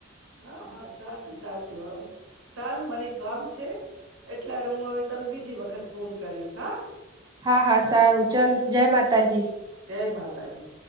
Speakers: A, on the right; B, on the right.
A: હા હા સાચું સાચું હ. સાર મને કામ છે એટલે હું હવે તમે બીજી વખત વખત ફોન કરીશ હા.
B: હા હા સારું ચલ જય માતાજી.
A: જય માતાજી.